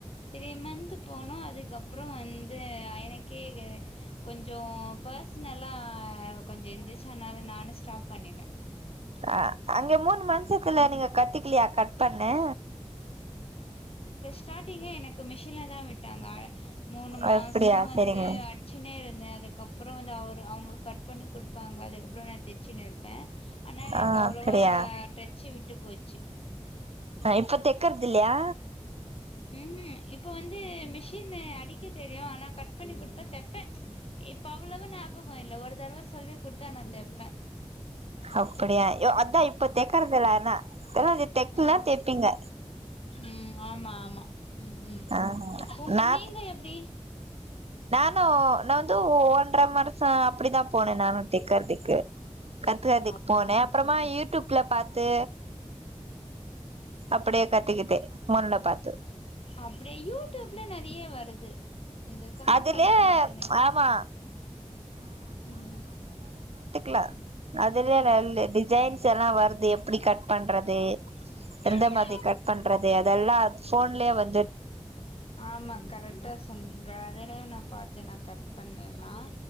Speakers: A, on the left; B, on the right.
A: த்ரீ மன்த் போனோ அதுக் அதுக்கப்றோ வந்து அ எனக்கே க கொஞ்சோ பர்ஷ்னலா ஆ கொஞ்சே இருந்திரிச்சா அதனால நானு ஸ்டாப் பண்ணிட்டே
B: அ அங் இங்க மூணு மந்துகுள்ள நீங்க கத்திகில்லயா கட் பண்ண
A: ஸ்டார்டிங்க எனக்கு மிஷின்ல தா விட்டாங்க ஆ மூணு மாசசோ
B: அப்படியா
A: வந்து
B: சரிங்க
A: அடிச்சுனே இரு வந்து அதுக்கப்றோ வந்து அவரு அவங்க கட் பண்ணி குடுப்பாங்க அதுக்கப்றோ நா தச்சினு இருப்பே ஆனா எனக்கு
B: ஆ
A: அவ்ளோ
B: அப்படியா
A: வ டச்சு விட்டு போச்சு
B: இப்ப தைக்கறது இல்லையா
A: ம்ஹூம் இப்ப வந் ந்து மிஷின் அடிக்க தெரியு ஆனா கட் பண்ணி குடுத்தா தப்பே இப்ப அவ்ளோவா ஞாபகம் இல்ல ஒரு தடவ சொல்லி குடுத்தா நா தப்பேன்
B: அப்டியா யோ அதா இப்பத் தைக்கறதுல்ல ஆனா ஏனா தைக்கு
A: ஆஹா
B: னா தைப்பிங்க
A: ம் ஆமா ஆமா ம் ம்
B: ஆ
A: உங்க
B: நா
A: நீங்க எப்டி
B: னோ நா வந்து ஓன்டற வருச அப்டித்தா போனே நானு தெக்கறதுக்கு கத்துக்கத்துக்கு
A: அப்படியா
B: போனேன் அப்புறமா யூடியூப்ல பாத்து அப்படியே கத்துக்கிட்டே போன்ல பார்த்து
A: அப்படியே யூடியூப்ல நிறைய வருது இந்த சமூக
B: அதுலயே
A: வலைதளங்களில
B: ஆமா
A: ம்
B: ல அதுலயே
A: ம்
B: நல்ல டிசைன்ஸ் எல்லாம் வருது எப்படி கட் பண்றது எந்த
A: ஆமா
B: மாதிரி கட் பண்றது அதெல்லாம் ஃபோன் ல்லயே வர்
A: ஆமா கரெக்டா சொன்னிங்க அதலய நான் பார்த்து நான் கட் பண்ணலாம்